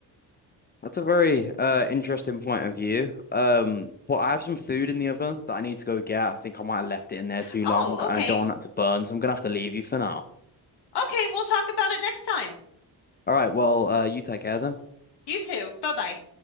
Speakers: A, on the left (about 25°); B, on the left (about 70°).
A: That's a very uh interesting point of view. Um, but I have some food in the oven that I need to go get. I think I might have left it in there too
B: Oh,
A: long, and I
B: okay.
A: don't want that to burn, so I'm gonna have to leave you for now.
B: Okay, we'll talk about it next time.
A: All right, well, uh, you take care then.
B: You too. Bye bye.